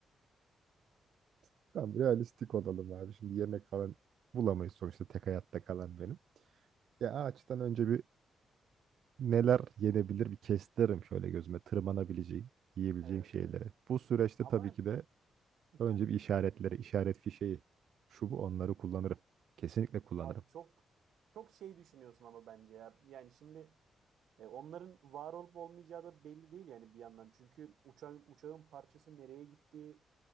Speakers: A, on the right; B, on the right.
A: <laughs> Tamam
B: Nasıl
A: realistik
B: yedin onu?
A: olalım abi. Şimdi yemek falan bulamayız sonuçta tek hayatta kalan benim. Ya ağaçtan önce bir neler yenebilir bir kestirim şöyle gözüme tırmanabileceğim, yiyebileceğim
B: Evet
A: şeyleri.
B: evet.
A: Bu süreçte
B: Ama
A: tabii ki de önce
B: heh,
A: bir işaretleri,
B: buyur.
A: işaret fişeği, şu bu onları kullanırım. Kesinlikle kullanırım.
B: Abi çok çok şey düşünüyorsun ama bence ya. Yani şimdi e, onların var olup olmayacağı da belli değil yani bir yandan. Çünkü uçağın uçağın parçası nereye gitti?